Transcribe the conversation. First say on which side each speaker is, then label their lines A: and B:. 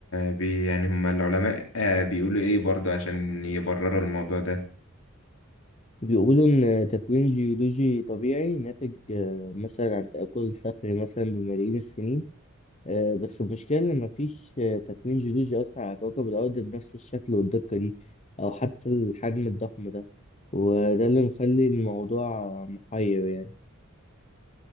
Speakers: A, on the left; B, on the left.
A: بي- يعني هما العلماء آه، بيقولوا إيه برضه عشان يبرروا الموضوع ده
B: بيقولوا إن تكوين جيولوجي طبيعي ناتج آه، مثلا عن تآكل صخري مثلا بملايين السنين آه، بس المشكلة إن مفيش آه، تكوين جيولوجي أصلا على كوكب الأرض بنفس الشكل والدقة دي أو حتى الحجم الضخم ده وده اللي مخلي الموضوع محير يعني.